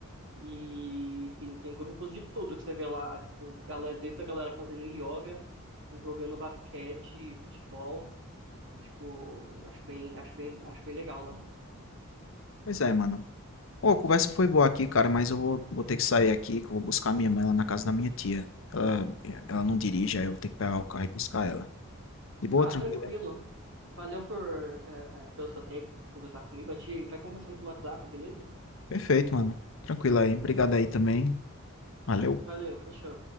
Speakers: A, on the right; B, on the left.
A: E, enfim, tem grupos de tudo que você vê lá, tipo, galera, desde a galera fazendo yoga, tipo, jogando basquete, futebol, e, tipo, eu acho bem, acho bem, acho bem legal lá.
B: Pois é, mano. Ô, a conversa foi boa aqui, cara, mas eu vou, vou ter que sair aqui, que eu vou buscar minha mãe lá na casa da minha tia. Ela, ela não dirige, aí eu tenho que pegar o carro e buscar ela. De boa,
A: Ah,
B: tranquilo.
A: tranquilo. Valeu por, eh, eh, pelo seu tempo conversar comigo. A gente vai conversando pelo WhatsApp, beleza?
B: Perfeito, mano. Tranquilo aí. Obrigado aí também. Valeu.
A: Valeu, fechou.